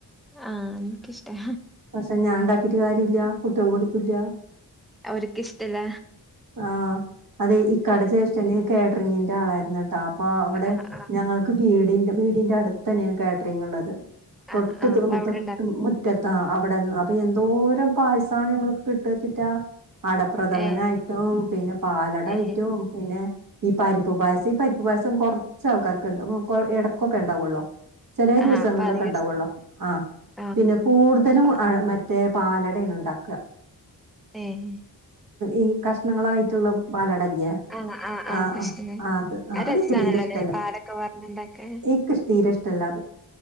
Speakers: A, in the centre; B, on the right (about 55°).
A: ആഹ് എനിക്കിഷ്ടാ
B: പക്ഷെ ഞാൻണ്ടാക്കിട്ട് കാര്യല്ല കുട്ടികൾ കുടി ക്കൂല്ല
A: അവർക്ക് ഇഷ്ടല്ല
B: ആഹ് അതെ ഇക്കടെ
A: ഏഹ്
B: ജേ ഷ്ടന് കേറ്ററിങ്ങിന്റെ ആളായിരുന്നുട്ടാ അപ്പ
A: ആഹ് ആഹ്
B: ഞങ്ങക്ക് വീടി വീടിന്റെ അടുത്തെന്നെയാണ് കാറ്ററിംഗ് ഇള്ളത് തൊട്ട്
A: ആഹ് ആഹ്
B: തൊട്ട്
A: അപ്പ അവിടെ
B: മു റ്റത്ത അവടെന്ന് അപ്പൊ എന്തോരം പായസാണ്
A: ഉണ്ടാക്കും
B: ഞങ്ങക്ക് കിട്ടാച്ചിട്ടാ അടപ്രഥമനായിട്ടും
A: ഏഹ്
B: പിന്നെ പാലടായിട്ടും
A: ഏഹ്
B: പിന്നെ ഈ പരിപ്പ് പായസം ഈ പരിപ്പ് പായസം കൊറ ച്ച ആൾക്കാർക്ക് ഇണ്ടാവും എടക്കൊക്കെ ഉണ്ടാവുള്ളോ ചെലേ ദിവസങ്ങളിലൊക്കെ
A: ആഹ് അപ്പൊ അധികം
B: ഉണ്ടാവുള്ളോ
A: ഇഷ്
B: ആഹ്
A: ആഹ്
B: പിന്നെ കൂടുതലും
A: അപ്പ
B: മറ്റേ പാലടയാണ് ഇണ്ടാക്കാ
A: ഏഹ്
B: ഈ കഷ്ണങ്ങളായിട്ടുള്ള പാലടല്ലേ
A: ആഹ് ആഹ് ആഹ്
B: ആ
A: കഷ്ണ
B: ആ ആ അത് അതെനിക്ക്
A: രസാണല്ലോല്ലേ
B: തീരെ ഇഷ്ട്ടമല്ല
A: പാലൊക്കെ പാർന്ന്ണ്ടാക്കാൻ
B: എനിക്ക് തീരെഷ്ടല്ല അത്